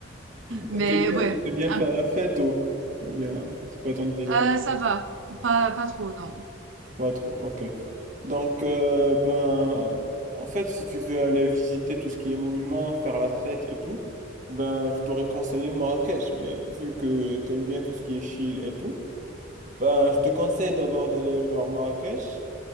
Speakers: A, on the right (about 40°); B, on the right (about 75°).
A: Et
B: Mais
A: t'aimes bien,
B: ouais,
A: et t'aimes bien
B: un-
A: faire la fête, ou ou bien, c'est pas ton délire.
B: euh, ça va. Pas, pas trop, non.
A: Pas trop, ok. Donc, euh, ben, en fait, si tu veux aller visiter tout ce qui est monument, faire la fête et tout, ben, je t'aurais conseillé Marrakech. Mais vu que t'aimes bien tout ce qui est chill et tout, ben, je te conseille d'abord d'aller voir Marrakech.